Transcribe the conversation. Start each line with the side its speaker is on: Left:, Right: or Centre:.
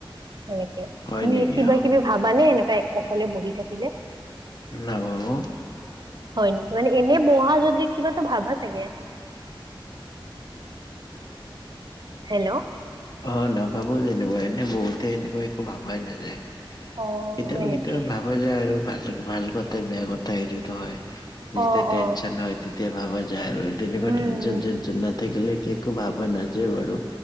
Right: সেনেকে
Left: হয়
Right: তুমি
Left: নেকি
Right: কিবা
Left: অ
Right: কিবি ভাবানে এনেকুৱা অকলে বহি থাকিলে।
Left: নাভাবোঁ।
Right: হয় নেকি মানে এনে বহা যদি কিবা এটা ভাবা চাগে। হেল্ল'।
Left: অ', নাভাবোঁ তেনেকুৱা এনেই বহুতে এনেকুৱা একো ভাবাই নাযায়।
Right: অ
Left: কেতিয়াবা
Right: হয় নেকি
Left: কেতিয়াবা ভাব হব যায় আৰু ভাল ভাল কথা বেয়া কথা এইটোতো হয় যেতিয়া
Right: অ
Left: টেনচন
Right: অ
Left: হয় তেতিয়া ভাবা যায় আৰু তেনেকুৱা
Right: উম
Left: টেনচন
Right: উম।
Left: চেনচন নথাকিলে কে একো ভাবা নাযাই বাৰু।